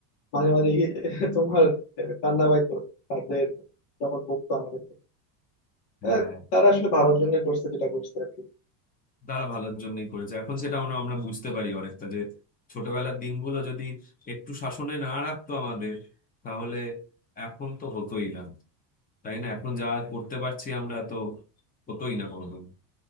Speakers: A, on the left; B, on the left.
A: মাঝে মাঝে গিয়ে <laughs> তোমার কান্না পাইতো তাদের যখন বকতো আমাদেরকে আহ,
B: হ্যাঁ
A: তারা আসলে ভালোর জন্য করছে যেটা করছে আর কি
B: তারা ভালোর জন্যই করেছে এখন সেটা আমরা আমরা বুঝতে পারি অনেকটা যে ছোটবেলার দিনগুলো যদি একটু শাসনে না রাখতো আমাদের তাহলে এখন তো হতোই না তাই না এখন যা করতে পারছি আমরা তো হতোই না কোনোদিন